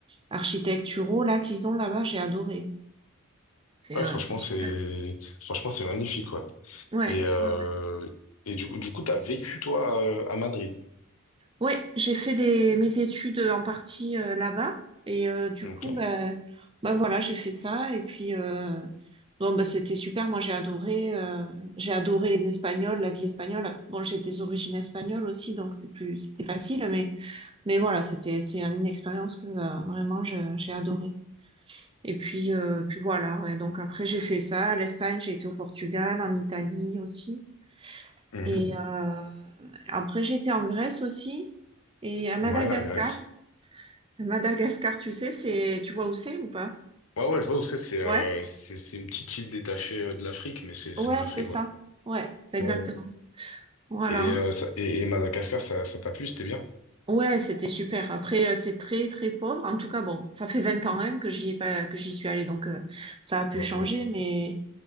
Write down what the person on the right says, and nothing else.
architecturaux là qu'ils ont là-bas. J'ai adoré. C'est
euh,
c'est super.
Ouais,
ouais, ouais.
Ouais, j'ai fait des, mes études en partie euh, là-bas. Et euh, du
coup, bah, bah voilà, j'ai fait ça. Et puis, euh, bon, bah, c'était super. Moi, j'ai adoré, euh, j'ai adoré les Espagnols, la vie espagnole. Bon, j'ai des origines espagnoles aussi, donc c'est plus, c'était facile. Mais, mais voilà, c'était, c'est une expérience que euh, vraiment, je- j'ai adoré. Et puis, euh, puis voilà, ouais. Donc après, j'ai fait ça. L'Espagne, j'ai été au Portugal, en Italie aussi.
Et euh, après, j'étais en Grèce aussi. Et à Madagascar,
Madagascar, tu sais, c'est, tu vois où c'est ou pas?
Ouais,
ouais,
c'est ça.
Ouais, c'est exactement.
Voilà.
Ouais, c'était super. Après, euh, c'est très, très pauvre. En tout cas, bon, ça fait 20 ans hein, que j'y ai pas, que j'y suis allée, donc euh, ça a pu
changer,
mais,